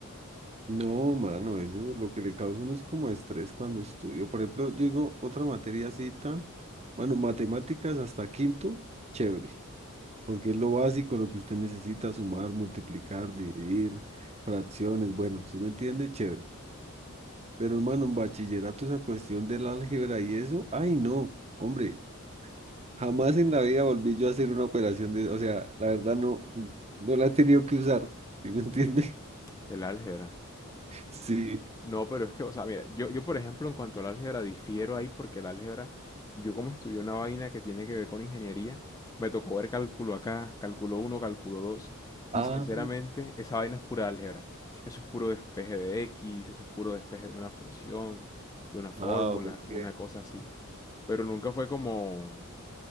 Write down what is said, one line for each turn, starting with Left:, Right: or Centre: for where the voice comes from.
Right: no, mano, eso lo que le causa a uno es como estrés cuando estudio. Por ejemplo, yo digo otra materia cita Bueno, matemáticas hasta quinto, chévere, porque es lo básico, lo que usted necesita, sumar, multiplicar, dividir, fracciones, bueno, si me entiende, chévere. Pero hermano, en bachillerato esa cuestión del álgebra y eso, ay no, hombre, jamás en la vida volví yo a hacer una operación de, o sea, la verdad no, no la he tenido que usar, ¿sí me entiende? <laughs>
Left: El álgebra.
Right: Sí.
Left: No, pero es que, o sea, mira, yo, yo por ejemplo en cuanto al álgebra difiero ahí porque el álgebra, yo como estudié una vaina que tiene que ver con ingeniería, me tocó ver cálculo acá, cálculo uno, cálculo 2 y
Right: Ah,
Left: sinceramente esa vaina es pura álgebra. Eso es puro despeje de X, eso es puro despeje de una función, de una fórmula,
Right: ah, ok.
Left: una cosa así. Pero nunca fue como,